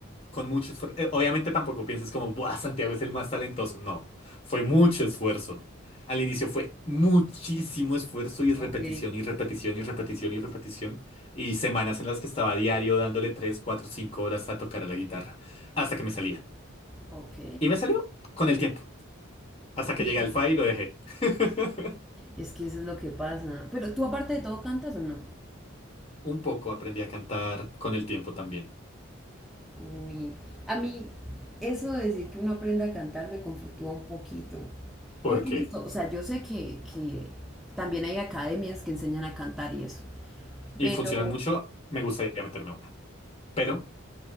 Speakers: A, on the left; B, in the centre.
A: con mucho esfuerzo. Eh, obviamente tampoco pienses como, Buah, Santiago es el más talentoso. No, fue mucho esfuerzo. Al inicio fue muchísimo esfuerzo y repetición
B: Ok.
A: y repetición y repetición y repetición. Y semanas en las que estaba diario dándole 3 4 5 horas a tocar a la guitarra. Hasta que me salía.
B: Ok.
A: Y me salió con el tiempo. Hasta que
B: Sí,
A: llegué al fa y lo dejé. <laughs>
B: Es que eso es lo que pasa. Pero tú aparte de todo cantas o no?
A: Un poco aprendí a cantar con el tiempo también.
B: Uy. A mí eso de decir que uno aprenda a cantar me conflictúa un poquito.
A: por
B: Porque
A: qué
B: listo, o sea, yo sé que, que también hay academias que enseñan a cantar y eso.
A: y
B: Pero
A: funcionan mucho, me gustaría meterme a una. Pero